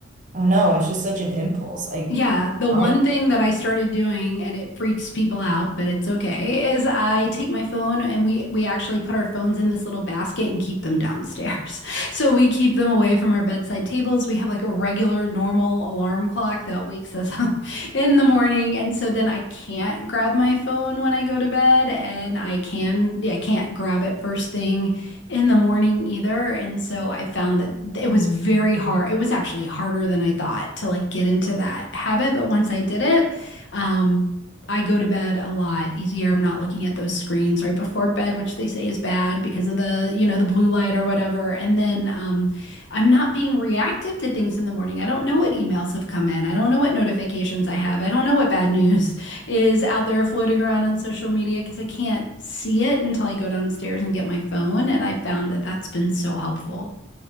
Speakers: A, on the right; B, on the left.
A: I don't know, it's just such an impulse. I,
B: Yeah, the one
A: I
B: thing that I started doing, and it freaks people out, but it's okay, is I take my phone and we we actually put our phones in this little basket and keep them downstairs. <laughs> So we keep them away from our bedside tables. We have like a regular normal alarm clock that wakes us <laughs> up in the morning, and so then I can't grab my phone when I go to bed, and I can, yeah, I can't grab it first thing in the morning either. And so I found that it was very hard. It was actually harder than I thought to like get into that habit. But once I did it, um, I go to bed a lot easier. I'm not looking at those screens right before bed, which they say is bad because of the, you know, the blue light or whatever. And then um, I'm not being reactive to things in the morning. I don't know what emails have come in. I don't know what notifications I have. I don't know what bad news is out there floating around on social media because I can't see it until I go downstairs and get my phone. And I found that that's been so helpful.